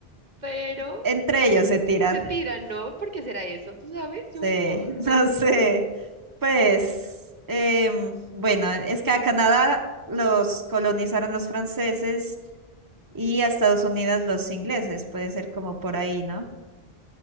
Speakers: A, on the right; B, on the right.
A: pero
B: Entre ellos se tiran.
A: se tiran, ¿no? ¿Por qué será eso? ¿Tú sabes? Yo
B: Sí,
A: no, no,
B: <laughs> no
A: no.
B: sé. Pues, em, bueno, es que a Canadá los colonizaron los franceses y a Estados Unidos los ingleses. Puede ser como por ahí, ¿no?